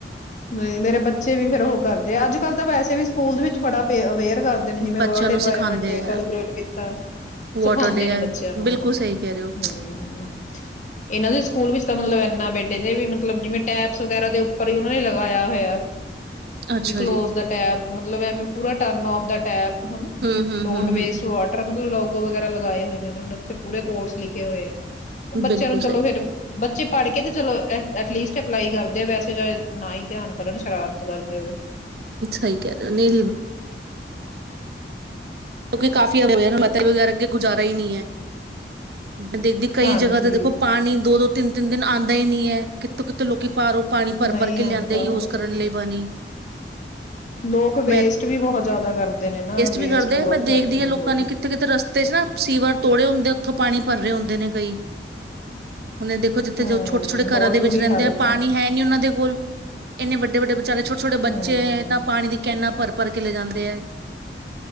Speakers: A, on the left; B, on the right.
A: ਨਹੀਂ ਮੇਰਾ ਬੱਚਾ ਬੱਚੇ ਵੀ ਫੇਰ ਉਹ ਕਰਦੇ ਆ ਅੱਜ ਕੱਲ ਤਾਂ ਵੈਸੇ ਵੀ ਸਕੂਲ ਦੇ ਵਿੱਚ ਬੜਾ ਅਵੇਅਰ ਕਰਦੇ ਨੇ ਜਿਵੇਂ
B: ਬੱਚਿਆਂ
A: ਵਰਲਡ
B: ਨੂੰ
A: ਇਨਵਾਇਰਮੈਂਟ
B: ਸਿਖਾਉਂਦੇ
A: ਡੇ
B: ਆ
A: ਸੈਲੀਬ੍ਰਟ ਕੀਤਾ
B: ਵਾਟਰ
A: ਸਿਖਾਉਂਦੇ
B: ਡੇ
A: ਨੇ
B: ਆ
A: ਬੱਚਿਆਂ ਨੂੰ
B: ਬਿਲਕੁਲ
A: ਉਹ ਹਾਂ
B: ਸਹੀ ਕਹਿ ਰਹੇ ਹੋ
A: ਇਹਨਾਂ ਦੇ ਸਕੂਲ ਵਿੱਚ ਤਾਂ ਮਤਲਬ ਇੰਨਾ ਬੇਟੇ ਦੇ ਵੀ ਮਤਲਬ ਜਿਵੇਂ ਟੈਪਸ ਵਗੈਰਾ ਦੇ ਉੱਪਰ ਹੀ ਉਹਨਾਂ ਨੇ ਲਗਾਇਆ ਹੋਇਆ।
B: ਅੱਛਾ
A: ਵੀ ਕਲੋਜ
B: ਜੀ
A: ਦਾ ਟੈਬ ਮਤਲਬ ਐਵੇਂ ਪੂਰਾ। ਟਰਨ ਔਫ ਦਾ ਟੈਪ। ਹਨਾ
B: ਹਮ hmm
A: don't
B: hmm
A: waste
B: hmm hmm
A: water ਮਤਲਬ ਲੋਕ। ਵਗੈਰਾ ਲਗਾਏ ਹੋਏ ਨੇ ਉਹਨਾਂ ਨੇ, ਉੱਥੇ ਪੂਰੇ ਕੋਰਸ ਲਿਖੇ ਹੋਏ ਹੈ। ਬੱਚਿਆਂ
B: ਬਿਲਕੁਲ
A: ਨੂੰ ਚਲੋ
B: ਸਹੀ
A: ਫੇਰ ਬੱਚੇ ਪੜ੍ਹ ਕੇ ਤੇ ਚਲੋ ਐਟਲਿਸਟ ਅਪਲਾਈ ਕਰਦੇ ਆ ਵੈਸੇ ਨਾ ਹੀ ਧਿਆਨ ਕਰਨ ਸ਼ਰਾਰਤ ਕਰਦੇ ਹੋਏ।
B: ਸਹੀ ਕਹਿ ਰਹੇ ਹੋ ਨਹੀਂ ਕਿਉਂਕਿ ਕਾਫ਼ੀ <unintelligible> ਵਗੈਰਾ ਅੱਗੇ ਗੁਜ਼ਾਰਾ ਹੀ ਨਹੀਂ ਹੈ। ਮੈਂ ਦੇਖਦੀ ਕਈ
A: ਹਾਂਜੀ
B: ਜਗ੍ਹਾ ਤੇ ਦੇਖੋ ਪਾਣੀ ਦੋ ਦੋ। ਤਿੰਨ ਤਿੰਨ ਦਿਨ ਆਂਦਾ ਹੀ ਨੀ ਹੈ ਕਿੱਥੋਂ ਕਿਥੋਂ ਲੋਕੀ। ਬਾਹਰੋਂ ਉਹ ਪਾਣੀ ਭਰ
A: ਨਹੀਂ
B: ਭਰ ਕੇ
A: ਆਉਂਦਾ
B: ਲਿਆਂਦੇ ਯੂਜ ਕਰਨ ਲਈ ਪਾਣੀ।
A: ਲੋਕ ਵੇਸਟ
B: ਮੈਂ
A: ਵੀ ਬਹੁਤ ਜ਼ਿਆਦਾ ਕਰਦੇ ਨੇ ਨਾ ਵੇਸਟ।
B: ਵੀ ਕਰਦੇ
A: ਬਹੁਤ
B: ਮੈਂ ਦੇਖਦੀ
A: ਕਰਦੇ
B: ਹਾਂ ਲੋਕਾਂ
A: ਲੋਕ
B: ਨੇ ਕਿੱਥੇ ਕਿਤੇ ਰਸਤੇ ਚ ਨਾ ਸੀਵਰ ਤੋੜੇ ਹੁੰਦੇ ਆ ਉੱਥੋਂ। ਪਾਣੀ ਭਰ ਰਹੇ ਹੁੰਦੇ ਨੇ ਕਈ। ਹੁਣ ਦੇਖੋ ਜਿੱਥੇ
A: ਹਮ
B: ਜੋ ਛੋਟੇ ਛੋਟੇ
A: ਬਹੁਤ
B: ਘਰਾਂ ਦੇ
A: ਬੁਰੀ
B: ਵਿੱਚ ਰਹਿੰਦੇ
A: ਹਾਲਤ
B: ਆ ਪਾਣੀ ਹੈ ਨੀ ਉਹਨਾਂ ਦੇ ਕੋਲ ਇਨੇ ਵੱਡੇ ਵੱਡੇ ਵਿਚਾਰੇ ਛੋਟੇ ਛੋਟੇ ਬੱਚੇਏ
A: ਹਮ
B: ਤਾਂ ਪਾਣੀ ਦੀ ਕੈਨਾ ਭਰ। ਘਰ ਕਿਲੇ ਜਾਂਦੇ ਹੈ